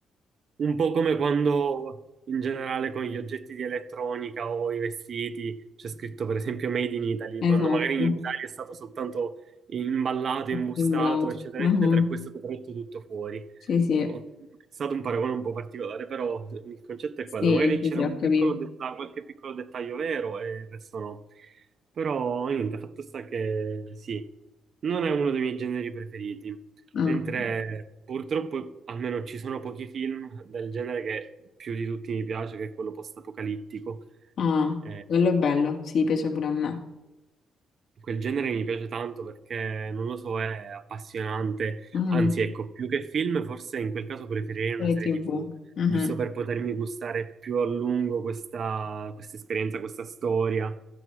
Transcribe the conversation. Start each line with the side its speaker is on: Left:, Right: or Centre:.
Right: Un po' come quando in generale con gli oggetti di elettronica o i vestiti c'è scritto per esempio Made in Italy,
Left: Esatto,
Right: quando magari in Italia è stato soltanto imballato, imbustato,
Left: sembrato.
Right: eccetera,
Left: Mhm.
Right: eccetera, e poi è stato prodotto tutto fuori.
Left: Sì, sì,
Right: Ho- È stato un paragone un po' particolare, però il concetto è
Left: sì,
Right: quello. Magari
Left: sì,
Right: c'era
Left: sì,
Right: un
Left: ho capito.
Right: piccolo dettaglio, qualche piccolo dettaglio vero e il resto no. Però niente, fatto sta che sì, non è uno dei miei generi preferiti.
Left: Mm.
Right: Mentre purtroppo almeno ci sono pochi film del genere che più di tutti mi piace, che è quello post-apocalittico.
Left: Ah,
Right: Eh,
Left: quello è bello, sì, piace pure a me.
Right: quel genere mi piace tanto perché, non lo so, è appassionante.
Left: Mm,
Right: Anzi, ecco, più che film, forse in quel caso preferirei una
Left: serie
Right: serie
Left: TV.
Right: TV,
Left: Mhm,
Right: giusto per potermi gustare più a lungo questa, questa esperienza, questa storia